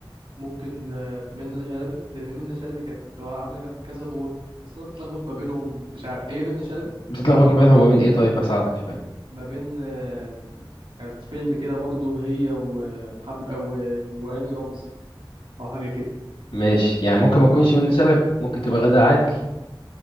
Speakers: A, on the right; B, on the left.
A: ممكن آه منة شلبي لان منة شلبي كانت عامله جم- كذا دور بس انا بتلخبط ما بينهم مش عارف ايه منة شلبي
B: بتتلخبط ما بينها وبين ايه طيب هساعدك شوية
A: ما بين آه، كانت فيلم كده برضو هي ومحمد وهاني رمزي او حاجه كده
B: ماشي يعني ممكن ما تكونش منى شلبي ممكن تبقى غادة عادل